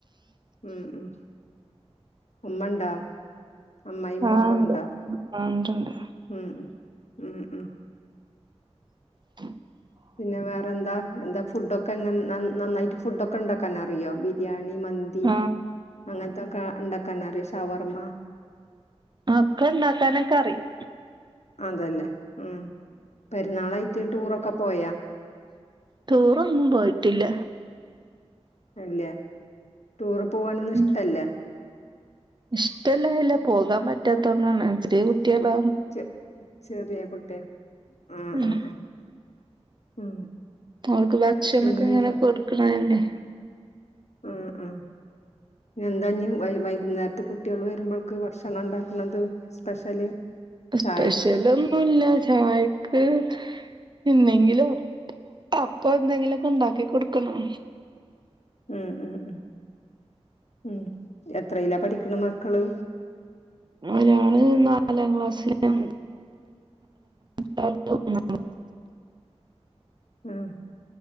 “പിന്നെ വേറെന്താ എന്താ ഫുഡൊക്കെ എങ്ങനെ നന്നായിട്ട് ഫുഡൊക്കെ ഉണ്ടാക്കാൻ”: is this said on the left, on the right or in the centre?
Left